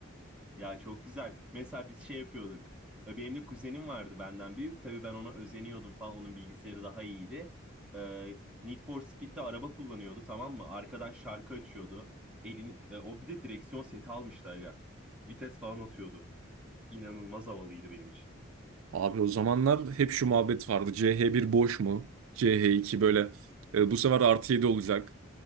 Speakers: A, in the centre; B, on the right.
A: Ya çok güzel. Mesela biz şey yapıyorduk. E, Benim de kuzenim vardı benden büyük. Tabii ben ona özeniyordum falan. Onun bilgisayarı daha iyiydi. E, Need for Speed'de araba kullanıyordu tamam mı? Arkadan şarkı açıyordu. Elini, e, o bir de direksiyon seti almıştı aga. Vites falan atıyordu. İnanılmaz havalıydı benim için.
B: Abi o zamanlar hep şu muhabbet vardı. C H bir boş mu? C H iki böyle e, bu sefer artı 7 olacak.